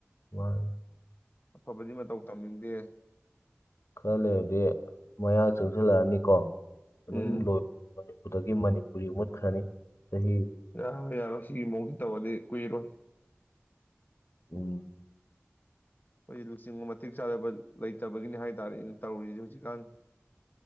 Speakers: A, on the left; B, on the left.
A: ꯃꯥꯅꯤ
B: ꯑꯐꯕꯗꯤ ꯃꯇꯧ ꯇꯝꯅꯤꯡꯗꯦ
A: ꯈꯂꯦ ꯑ ꯃꯌꯥ ꯆꯪꯁꯤꯜꯂꯛꯑꯅꯤ ꯀꯣ ꯑꯗꯨꯝ
B: ꯎꯝ
A: ꯂꯣꯏ ꯃꯅꯤꯄꯨꯔꯗ ꯒꯤ ꯃꯅꯤꯄꯨꯔꯤ ꯃꯨꯠꯈ꯭ꯔꯅꯤ ꯆꯍꯤ
B: ꯌꯥ ꯌꯥ ꯁꯤꯒꯤ ꯃꯑꯣ ꯇꯧꯋꯥꯗꯤ ꯀꯨꯏꯔꯣ
A: ꯎꯝ
B: ꯑꯩꯈꯣꯏꯖꯤ ꯂꯨꯆꯤꯡꯕ ꯃꯇꯤꯛ ꯆꯥꯗꯕ ꯂꯩꯇꯕꯒꯤꯅꯤ ꯍꯥꯏ ꯇꯥꯔꯦ ꯑꯩꯅ ꯇꯧꯔꯔꯤꯁꯤꯦ ꯍꯧꯖꯤꯛꯀꯥꯟ